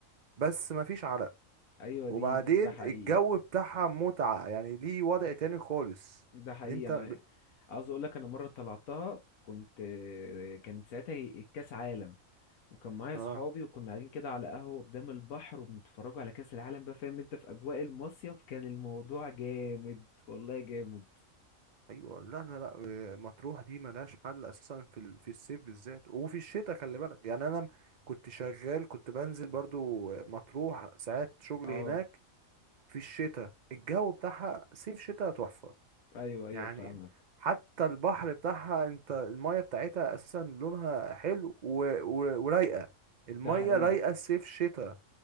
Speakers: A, on the right; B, on the left.
A: بس مفيش عرق
B: ايوه
A: وبعدين
B: دي دي- ده حقيقي
A: الجو بتاعها متعه يعني ليه وضع تاني خالص
B: ده حقيقي
A: ان انت
B: انا
A: ب...
B: عاوز اقول لك انا مره طلعتها كنت كانت ساعتها الكاس عالم وكان معايا
A: اه
B: صحابي وكنا قاعدين كده على قهوه قدام البحر وبنتفرجوا على كاس العالم بقى فاهم انت في اجواء المصيف كان الموضوع جامد والله جامد
A: ايوه لا لا لا آه، مطروح دي ملهاش حل اساسا في ال- في الصيف بالذات وفي الشتاء خلي بالك يعني انا م- كنت شغال كنت بنزل برضو آه، مطروح ساعات شغل
B: اه
A: هناك في الشتاء الجو بتاعها صيف شتاء تحفة
B: ايوه ايوه
A: يعني
B: فاهمك
A: حتى البحر بتاعها انت المية بتاعتها اساسا لونها حلو و... و... ورايقة المية
B: ده حقيقي
A: رايقة صيف شتاء